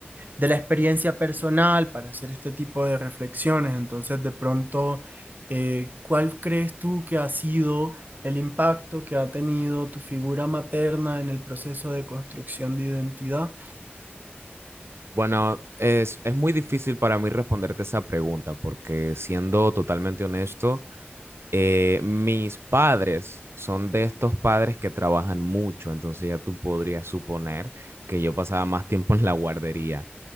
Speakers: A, on the right; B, on the right.
A: de la experiencia personal para hacer este tipo de reflexiones. Entonces, de pronto, eh, ¿cuál crees tú que ha sido el impacto que ha tenido tu figura materna en el proceso de construcción de identidad?
B: Bueno, es, es muy difícil para mí responderte esa pregunta, porque siendo totalmente honesto, eh, mis padres son de estos padres que trabajan mucho, entonces ya tú podrías suponer que yo pasaba más tiempo en la guardería.